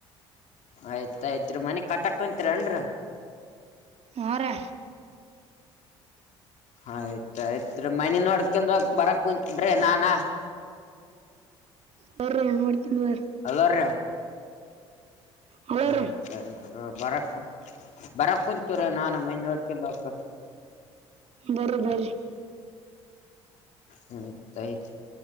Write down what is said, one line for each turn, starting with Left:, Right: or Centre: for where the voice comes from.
Left: ಆಯ್ತಾಯ್ತ್ ರಿ ಮನಿ ಕಟ್ಟಾಕ್ಕೊಂತರಿನ್ರಿ
Right: ಹ್ರ
Left: ಆಯ್ತಾಯಯ್ತ್ ಮನೆ ನೋಡ್ಕೊಂಡ ಬರಕ್ ಕುರೆ ನಾನ
Right: ಬೌ ನ ಮಾಡಡ್ತ ಬ
Left: ಅದರ
Right: ಹಲೋ
Left: ಆಯ್ತಾಯ್ತು
Right: ರೀ
Left: ಬರಕ್ ಬರ ಕುಂತೂರ ನಾನುಮ್ಮನ್ ನೋಡ್ಕನ್ಬೇಕ
Right: ಬರಬರ
Left: ಹ್ಮ್ತ್ ಯ್ತ್